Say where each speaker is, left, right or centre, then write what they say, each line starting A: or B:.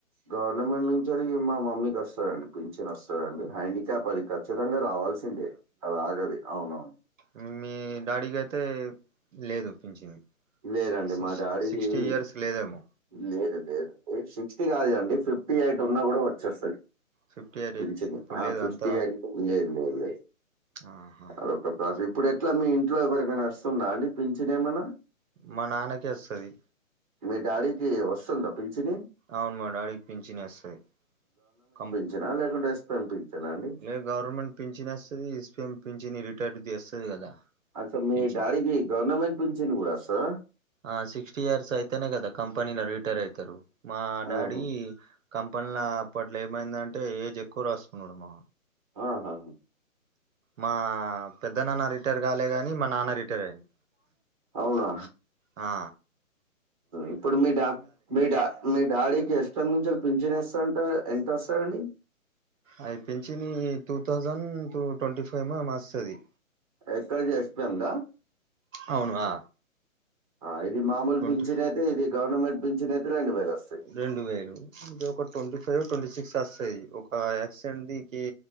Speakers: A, on the right; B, on the right.
A: గవర్నమెంట్ నుంచి అది మా మమ్మీకి వస్తాదండి పింఛన్ వస్తాదండి హ్యాండిక్యాప్ అది ఖచ్చితంగా రావాల్సిందే అది ఆగది అవునవును
B: ఉ మీ డాడీకి అయితే లేదు పించను
A: లేదండి
B: సిక్స్
A: మా డాడీది
B: సిక్స్టీ ఇయర్స్ లేదేమో
A: లేదు లేదండి సిక్స్టీ కాదు అండి ఫిఫ్టీ ఎయిట్ ఉన్నా కూడా వచ్చేస్తది
B: ఫిఫ్టీ ఎయిట్
A: పింఛను
B: ఇప్పుడు
A: ఆ
B: లేదు
A: ఫిఫ్టీ
B: అంతా
A: ఎయిట్ లేదు లేదు లేదు
B: ఆహా
A: అదొక ప్రాసెస్ ఇప్పుడు ఎట్లా మీ ఇంట్లో ఎవరికైనా వస్ స్తుందా అండీ పించిన్ ఏమన్నా
B: మా నాన్నకే వస్తది
A: మీ డాడీకి వస్తుందా పించిని
B: అవును మా డాడీకి పించిని వస్తది కం
A: జనా లేకుంటే ఎస్ పెం పించనా అండి
B: లే గవర్నమెంట్ పింఛిని వస్తది ఎస్పి ఎం పించిని రిటైర్డ్ ది అస్తది కదా
A: అచా మీ
B: పింఛన్
A: డాడీకి గవర్నమెంట్ పించన్ కూడా అస్తదా
B: ఆ సిక్స్టీ ఇయర్స్ అయితేనే కదా కంపెనీల రిటైర్ అయితరు మా డాడీ
A: ఆహా!
B: కంపెనీల అప్పట్లో ఏమైందంటే ఏజ్ ఎక్కువ రాసుకున్నాడు మా
A: ఆహాహా
B: మా పెద్దనాన్న రిటైర్ కాలే గాని మా నాన్న రిటైర్ అయిండు
A: అవునా?
B: హా
A: ఇప్పుడు మీ డా మీ డా మీ డాడీకి ఎస్టం నుంచి పించిను వస్తాడంట ఎంత వస్తదండి
B: అయ్ పించిని two thousand two twenty five ఏమో వస్తది
A: యెస్ ఐ జి యెస్ పెం దా
B: అవును ఆ
A: ఆ ఇది మామూలు
B: ట్వంటీ
A: పింఛన్ అయితే ఇది గవర్నమెంట్ పింఛన్ అయితే రెండు వేలు వస్తయ్
B: రెండు వేలు ఇది ఒక ట్వంటీ ఫైవొ ట్వంటీ సిక్సో వస్తయ్ ఒక యాసిడెంట్ ది ఇ